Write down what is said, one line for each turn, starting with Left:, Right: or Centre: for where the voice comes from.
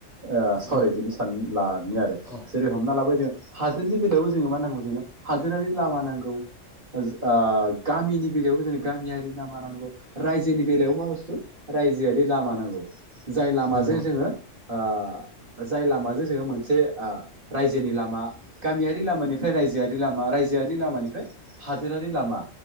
Right: ओ सावरायदिनि
Centre: औ
Right: सान लादों आरो
Centre: औ
Right: जेरै हमना लाबाय जों हादोरनि बेलायावबो जोङो मा नांगौ जोंनो हादोरारि लामा नांगौ, जो ओ गामिनि बेलायावबो जोंनि गामियारि लामा नांगौ, रायजोनि बेलायावबो मा बुस्थु रायजोआरि लामा नांगौ जाय लामाजों
Centre: नंगौ
Right: जोङो ओ जाय लामाजों जोङो मोनसे ओ रायजोनि लामा गामियारि लामानिफ्राय रायजोआरि लामा रायजोआरि लामानिफ्राय हादोरारि लामा